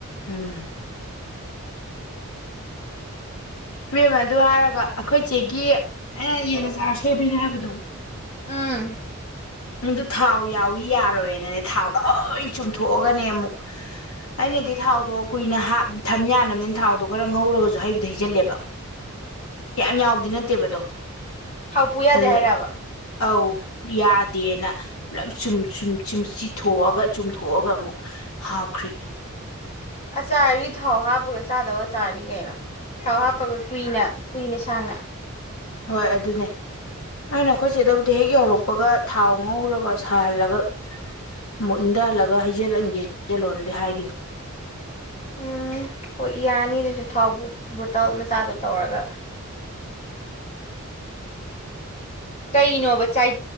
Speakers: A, on the left; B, on the left.
A: ꯑꯥ ꯏꯕꯦꯝꯃ ꯑꯗꯨ ꯍꯥꯏꯔꯒ ꯑꯈꯣꯏꯆꯦꯒꯤ ꯑꯩꯅ ꯌꯦꯟ ꯑꯆꯥꯔ ꯁꯦꯝꯕꯤꯅꯦ ꯍꯥꯏꯕꯗꯣ
B: ꯎꯝ
A: ꯃꯗꯨ ꯊꯥꯎ ꯌꯥꯎꯋꯤ ꯌꯥꯔꯣꯏꯑꯦꯅꯅꯦ ꯊꯥꯎ ꯂꯣꯏ ꯆꯨꯝꯊꯣꯛꯑꯒꯅꯦ ꯑꯃꯨꯛ ꯑꯩꯅꯗꯤ ꯊꯥꯎꯗꯣ ꯀꯨꯏꯅ ꯍꯥꯞ ꯊꯝ ꯌꯥꯅꯕꯅꯦꯅ ꯊꯥꯎꯗꯣ ꯈꯔ ꯉꯧꯔꯒꯖꯨ ꯍꯩꯕꯨꯗꯤ ꯍꯩꯖꯜꯂꯦꯕ ꯌꯥꯝ ꯌꯥꯎꯕꯗꯤ ꯅꯠꯇꯦꯕꯗꯣ
B: ꯊꯥꯎꯄꯨ ꯌꯥꯗꯦ
A: ꯑꯗꯨ
B: ꯍꯥꯏꯔꯕ
A: ꯑꯧ ꯌꯥ ꯗꯦꯅ ꯄꯨꯂꯞ ꯆꯨꯝ ꯆꯨꯝ ꯆꯨꯝ ꯆꯤꯊꯣꯛꯑꯒ ꯆꯨꯝꯊꯣꯛꯑꯒ ꯑꯃꯨꯛ ꯍꯥꯞꯈ꯭ꯔꯤꯅꯦ
B: ꯑꯆꯥꯔꯗꯤ ꯊꯥꯎ ꯍꯥꯞꯄꯒ ꯆꯥꯗꯧ ꯑꯆꯥꯔꯅꯤ ꯀꯩꯅꯣ ꯊꯥꯎ ꯍꯥꯞꯄꯒ ꯀꯨꯏꯅ ꯀꯨꯏꯅ ꯁꯥꯡꯅ
A: ꯍꯣꯏ ꯑꯗꯨꯅꯦ ꯑꯩꯅ ꯑꯈꯣꯏ ꯆꯦꯗꯕꯨꯗꯤ ꯍꯦꯛ ꯌꯧꯔꯛꯄꯒ ꯊꯥꯎ ꯉꯧꯔꯒ ꯁꯥꯍꯜꯂꯒ ꯃꯨꯠ ꯏꯪꯗꯍꯜꯂꯒ ꯍꯩꯖꯤꯜꯍꯟꯒꯦ ꯍꯩꯖꯜꯂꯣꯅꯗꯤ ꯍꯥꯏꯒꯤꯕꯅꯦ
B: ꯎꯝ ꯍꯣꯏ ꯌꯥꯅꯤ ꯑꯗꯨꯁꯨ ꯊꯥꯎ ꯕꯨ ꯕꯨꯇꯜ ꯃꯆꯥꯗꯣ ꯇꯧꯔꯒ <inaudible> ꯀꯩꯅꯣꯕ ꯆꯥꯏ